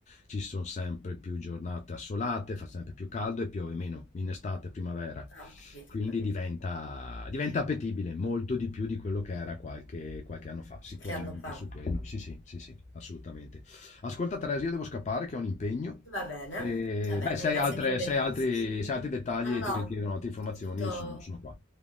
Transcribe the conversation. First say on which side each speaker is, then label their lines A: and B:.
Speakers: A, on the left; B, on the left.
A: ci sono sempre più giornate assolate, fa sempre più caldo e piove meno in estate, primavera.
B: Ah, ho capito,
A: Quindi
B: ho capito.
A: diventa, diventa appetibile molto di più di quello che era qualche, qualche anno fa, sicuramente
B: Che anno fa?
A: su quello. Sì, sì, sì, sì, assolutamente. Ascolta Teresa, io devo scappare che ho un impegno.
B: Va bene,
A: E,
B: va bene,
A: beh, se hai,
B: grazie
A: altre-
B: mille per
A: se
B: i
A: hai altri,
B: consigli.
A: se hai altri dettagli
B: No, no,
A: e
B: no,
A: ti richiedono altre informazioni,
B: tutto,
A: io sono, sono qua.